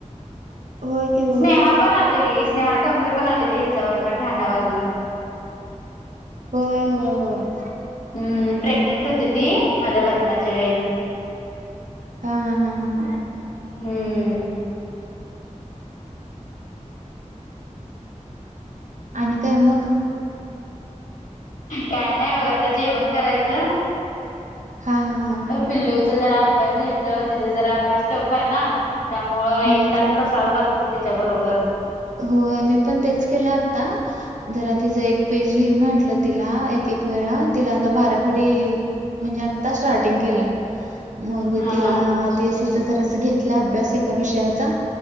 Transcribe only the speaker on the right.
होय केव
हय
होय होय होय.
हा हा हा हा हा.
आणि काय मग?
हा हा हा हा
होय
की.
होय मी पण तेच केलं आता. जरा तिचं एक पेज लिहि म्हटलं तिला एक एक वेळा तिला आता बारा खडी म्हणजे आता स्टार्टिंग केल्यात. मग
तिला
तेसीचा जरा अस घेतलं अभ्यास एका विषयाचा.